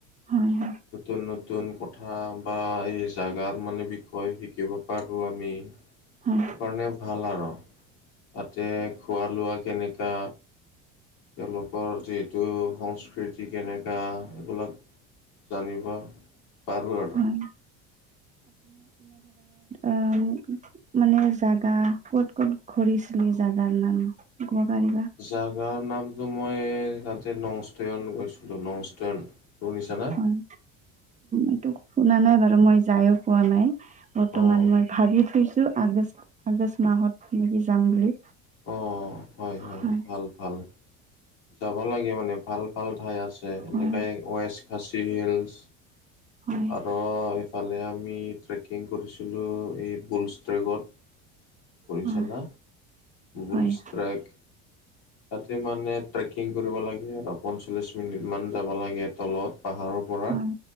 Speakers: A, on the right; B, on the left.
A: হয় হয়
B: নতুন-নতুন কথা বা এই জাগাৰ মানে বিষয়ে শিকিব পাৰো আমি।
A: হয়
B: সেইকাৰণে ভাল আৰু তাতে খোৱা লোৱা কেনেকা। তেওঁলোকৰ যিহেতু সংস্কৃতি কেনেকা এইবিলাক জানিব পাৰোঁ আৰু।
A: হয়
B: <inaudible>
A: আ মানে জাগা ক'ত-ক'ত ঘূৰিছিলি জাগাৰ নাম কব পাৰিবা।
B: জাগা নামটো মই তাতে নংষ্টেন গৈছিলোঁ নংষ্টেন। শুনিছা নে?
A: হয় এইটো শুনা নাই বাৰু মই যায়ও পোৱা নাই বৰ্তমান
B: অ'
A: মই ভাবি থৈছো। আগষ্ট-আগষ্ট মাহত নেকি যাম বুলি।
B: অঁ-অঁ হয়-হয়
A: হয়
B: ভাল-ভাল। যাব লাগে মানে ভাল-ভাল ঠাই আছে এনেকে
A: হয়
B: ৱেষ্ট খাচি হিলচ।
A: হয়
B: আৰু এইফালে আমি ট্ৰেকিং কৰিছিলোঁ এই বুলছ ট্ৰেকত। শুনিছানা
A: হয়
B: বুলচ
A: হয়
B: ষ্ট্ৰেক। তাতে মানে ট্ৰেকিং কৰিব লাগে আৰু পঞ্চল্লিছ মিনিট মান যাব লাগে তলত পাহাৰৰ পৰা।
A: হয়